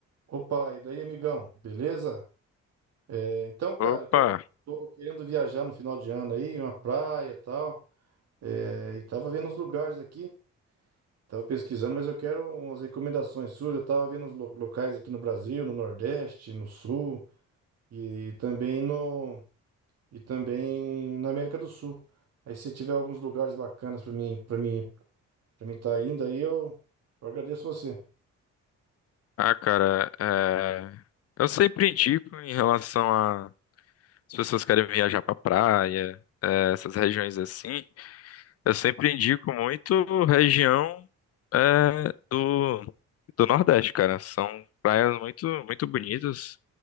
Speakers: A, on the right (about 60°); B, on the left (about 55°).
A: Opa, e daí, amigão? Beleza? É, então, cara,
B: Opa!
A: eu tô, tô querendo viajar no final de ano aí, uma praia e tal. É, e tava vendo os lugares aqui, tava pesquisando, mas eu quero umas recomendações suas. Eu tava vendo os lo- locais aqui no Brasil, no Nordeste, no Sul e também no e também na América do Sul. Aí se tiver alguns lugares bacanas para mim, para mim, para mim estar tá indo aí, eu, eu agradeço você.
B: Ah, cara, é, eu sempre indico em relação a as pessoas querem viajar pra praia, é, essas regiões assim, eu sempre indico muito região é, do, do Nordeste, cara. São praias muito, muito bonitas,